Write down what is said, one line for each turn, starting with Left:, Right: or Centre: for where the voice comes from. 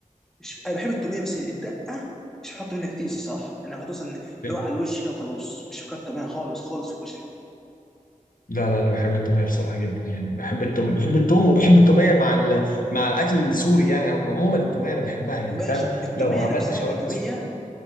Centre: مش انا بحب التوميه بس الدقه مش بحط منها كتير الصراحه انا بحط مثلا اللي
Left: ده
Centre: هو على الوش كده وخلاص مش بكتر منها خالص خالص في الكشري
Left: لا لا انا بحب التوميه بصراحه جدا يعني بحب التوم بحب التوم وبحب التوميه مع ال... مع الاكل السوري يعني او عموما التوميه انا بحبها يعني
Centre: ماشي
Left: فاهم
Centre: التوميه
Left: لو عملت
Centre: نفسها
Left: شاورما
Centre: كتوميه
Left: سوري